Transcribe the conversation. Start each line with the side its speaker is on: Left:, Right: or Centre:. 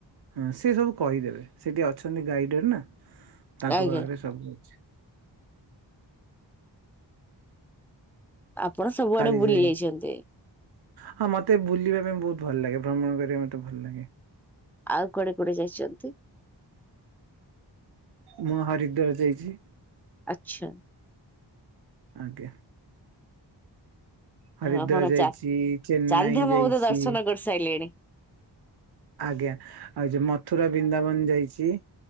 Right: ହଁ ସେ ସବୁ କହିଦେବେ ସେଠି ଅଛନ୍ତି ଗାଇଡେଡ ନା ତାଙ୍କ
Centre: ଆଜ୍ଞା
Right: ପାଖରେ ସବୁ ଅଛି।
Centre: ଆପଣ ସବୁଆଡେ
Right: କାଳିଜାଇ
Centre: ବୁଲି ଯାଇଛନ୍ତି।
Right: ହଁ ମତେ ବୁଲିବା ପାଇଁ ବହୁତ ଭଲ ଲାଗେ ଭ୍ରମଣ କରିବାକୁ ମତେ ଭଲ ଲାଗେ।
Centre: ଆଉ କୁଡେ କୁଡେ ଯାଇଛନ୍ତି?
Right: ମୁଁ ହରିଦ୍ୱାର ଯାଇଛି।
Centre: ଆଛା।
Right: ଆଜ୍ଞା। ହରିଦ୍ୱାର
Centre: ଆପଣ
Right: ଯାଇଛି
Centre: ଚା
Right: ଚେନ୍ନାଇ
Centre: ଚାରିଧାମ
Right: ଯାଇଛି।
Centre: ବୋଧେ ଦର୍ଶନ କରିସାରିଲେଣି
Right: ଆଜ୍ଞା ଆଉ ଯେଉ ମଥୁରା ବ୍ରିନ୍ଦାବନ ଯାଇଛି।